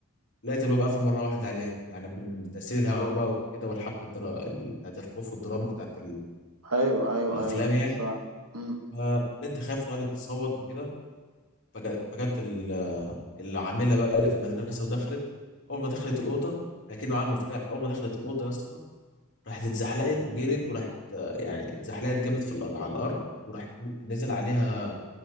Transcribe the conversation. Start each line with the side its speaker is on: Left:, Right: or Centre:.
Left: لقيت الباب قافل مرة واحدة عليها يعني من تأثير الهواء بقى وكده والحبكة الدرا... بتاعت الخوف والدراما بتاعت
Right: ايوه ايوه
Left: الافلام
Right: ايوه ايوه
Left: يعني
Right: فعلا امم
Left: فبنت خافت وقعدت تصوت وكده فجا- فجت ال- العامله بقى اللي في المدرسه ودخلت اول ما دخلت الاوضه اكيد معاها المفتاح اول ما دخلت الاوضه يا اسطى راحت اتزحلقت وجرت وراحت آه، يعني اتزحلقت جامد في الأر- على الارض وراحت ن- نزل عليها